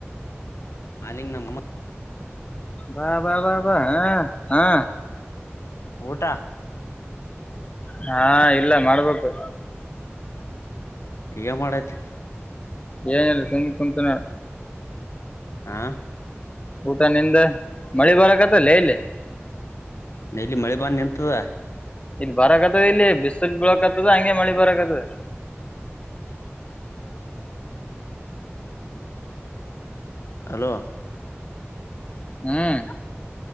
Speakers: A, on the left (about 80°); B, on the left (about 25°).
A: ಮಾಲಿಂಗ್ ನಮ್ಮ
B: ಬಾ ಬಾ ಬ ಬಾ ಹ ಹಾ
A: ಊಟ
B: ಹಾ ಇಲ್ಲ ಮಾಡ್ಬೇಕು
A: ಏನ್ ಮಾಡೈತಿ
B: ಏನಲ್ಲ ಸುಮ ಕುಂತು ನ
A: ಹಾ
B: ಊಟ ನಿದ ಮಳಿ ಬರಕತ್ತಲ್ಲ ಇಲ್ಲಿ
A: ನ ಇಲ್ಲಿ ಮಳೆ ಬಾರಿ ನಿಂತದ
B: ಇಲ್ಲಿ ಬರಕ್ತದೆ ಇಲ್ಲಿ ಬಿಸ್ಲ್ ಬಿಳಕ್ ಆತದ ಹಂಗೆ ಮಳಿ ಬರಕ್ತದ
A: ಹಲೋ
B: ಹ್ಮ್